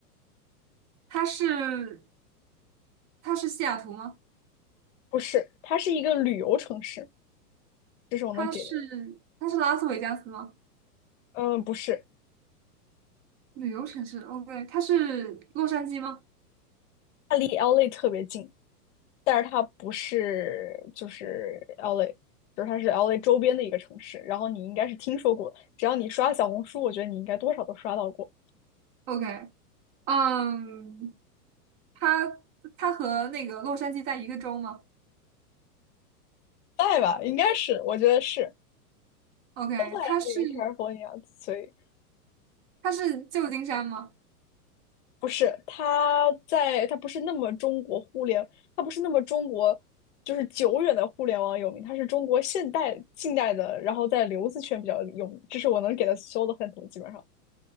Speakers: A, on the right; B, on the left.
A: 它是它是西雅图吗？
B: 不是，它是一个旅游城市。这是我能给的。
A: 它是它是拉斯维加斯吗？
B: 嗯，不是，
A: 旅游城市，OK，它是洛杉矶吗
B: 它离 LA 特别近，但是它不是就是 LA，就是它是 LA 周边的一个城市。然后你应该是听说过，只要你刷小红书，我觉得你应该多少都刷到过。
A: ？OK，嗯，它它和那个洛杉矶在一个州吗
B: 在吧，应该是，我觉得是
A: ？OK，
B: 都在那个
A: 它是
B: California，所以
A: 它是旧金山吗？
B: 不是它在，它不是那么中国互联，它不是那么中国。就是久远的互联网有名，它是中国现代近代的，然后在留子圈比较有名，这是我能给的所有的范畴，基本上。